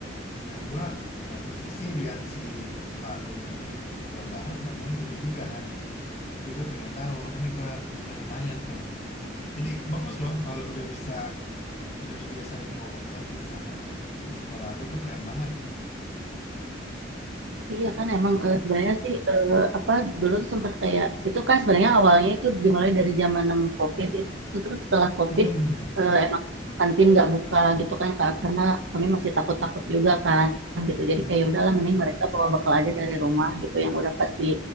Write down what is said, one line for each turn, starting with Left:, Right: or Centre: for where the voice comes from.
Left: nah gua satu sisi lihat si Pak Gubernur Jawa Barat ngomongnya gitu juga kan jadi gue pengen tahu makanya gue mau tanya-tanya tuh jadi bagus loh kalau udah bisa udah dibiasain bawa bekal tuh di sana di sekolah lu tuh keren banget
Right: Iya kan emang
Left: buat
Right: eh, sebenarnya sih eh, apa dulu tuh sempat kayak itu kan sebenarnya awalnya itu dimulai dari zaman yang COVID itu, terus setelah COVID
Left: hmm
Right: eh, emang kantin nggak buka gitu kan ka- karena kami masih takut-takut juga kan gitu
Left: bener
Right: jadi kayak ya udahlah mending
Left: bener
Right: mereka bawa bekal aja dari rumah gitu yang udah pasti